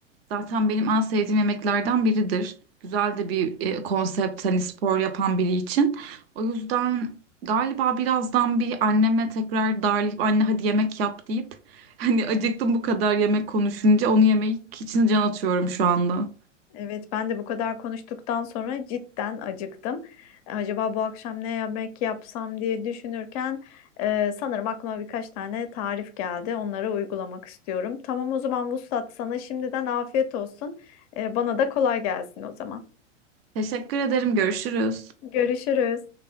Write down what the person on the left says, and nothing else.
Evet, ben de bu kadar konuştuktan sonra cidden acıktım. Acaba bu akşam ne yemek yapsam diye düşünürken e, sanırım aklıma birkaç tane tarif geldi. Onları uygulamak istiyorum. Tamam o zaman Vuslat sana şimdiden afiyet olsun. E, bana da kolay gelsin o zaman.
Görüşürüz.